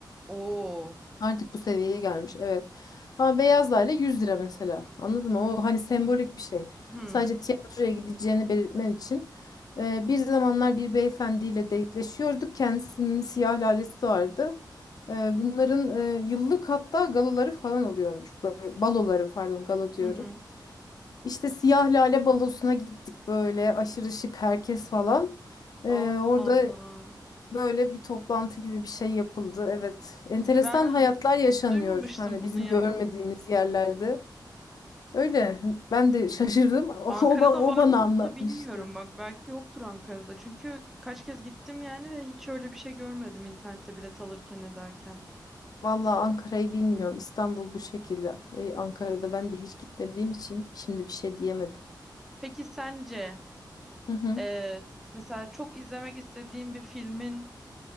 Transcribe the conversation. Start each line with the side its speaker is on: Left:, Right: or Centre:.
Centre: Oo.
Left: Artık bu seviyeye gelmiş evet. Ama beyaz lale 100 lira mesela. Anladın mı? O hani sembolik bir şey.
Centre: Hmm.
Left: Sadece tiyatroya gideceğini belirtmen için. Ee, bir zamanlar bir beyefendiyle date'leşiyorduk. Kendisinin siyah lalesi vardı. Ee, bunların e, yıllık hatta galaları falan oluyormuş. Böyle baloları pardon gala diyorum.
Centre: Hı hı.
Left: İşte Siyah Lale Balosu'na gittik böyle aşırı şık herkes falan. Ee,
Centre: Allah
Left: orada
Centre: Allah.
Left: böyle bir toplantı gibi bir şey yapıldı. Evet, enteresan
Centre: Ben
Left: hayatlar
Centre: hiç
Left: yaşanıyor
Centre: duymamıştım
Left: hani
Centre: bunu
Left: bizim
Centre: ya.
Left: görmediğimiz yerlerde. Öyle ben de şaşırdım. <laughs> O,
Centre: Ankara'da
Left: ba- o
Centre: var
Left: bana
Centre: mı onu
Left: anlatmıştı.
Centre: da bilmiyorum. Bak belki yoktur Ankara'da. Çünkü kaç kez gittim yani ve hiç öyle bir şey görmedim internette bilet alırken ederken.
Left: Vallahi Ankara'yı bilmiyorum. İstanbul bu şekilde. Ve Ankara'da ben de hiç gitmediğim için şimdi bir şey diyemedim.
Centre: Peki sence
Left: Hı hı.
Centre: e, mesela çok izlemek istediğin bir filmin